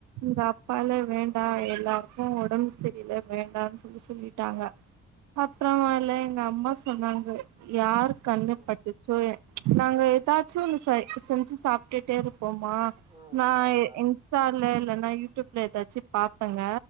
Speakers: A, on the right; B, on the right.
A: எங்கப் பால வேண்டா எல்லாருக்கு ஒடம் செரியில வேண்டானு சொல்லி சொல்லிட்டாங்க அப்றோ இல்ல எங்க அம்மா சொன்னாங்க யார் கண்ணு
B: ம்
A: பட்டுச்சோ எ நாங்க எதாச்சும் செ செஞ்சு சாப்டுட்டே இருப்போமா
B: ம்
A: நா
B: ம் ஆமா
A: எ எங் இன்ஸ்டால இல்லனா யூடியூப்ல எதாச்சு பாப்பங்க